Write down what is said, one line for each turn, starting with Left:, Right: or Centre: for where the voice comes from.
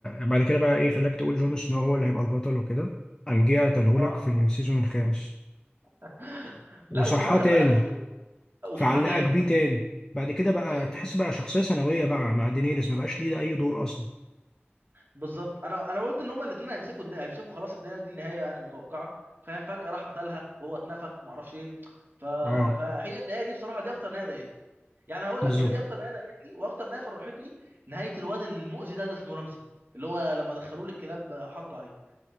Left: بعد كده بقى ايه خلاك تقول جون سنو هو اللي هيبقى البطل وكده قام جه قتلهولك
Right: اه
Left: في السيزون الخامس
Right: <laughs>
Left: وصحاه
Right: لا وكمان خلي
Left: تاني
Right: بالك موتة وصحاه
Left: فعلقك
Right: تاني
Left: بيه تاني بعد كده بقى
Right: فت-
Left: تحس بقى شخصية ثانوية بقى مع دينيريس ما بقاش ليه ده أي دور أصلا
Right: بالظبط انا انا قلت ان هما الاثنين هيمسكوا الد... هيمسكوا خلاص الدنيا دي النهايه يعني متوقعه فاهم فجاه راح قتلها وهو اتنفى وما اعرفش ايه ف...
Left: اه
Right: فهي النهايه دي بصراحه دي اكتر نهايه ضايقتني يعني هقول
Left: بالظبط
Right: لك هي دي اكتر نهايه ضايقتني واكتر نهايه فرحتني نهايه الواد المؤذي ده اللي اسمه رمزي اللي هو لما دخلوه للكلاب حطوا عليه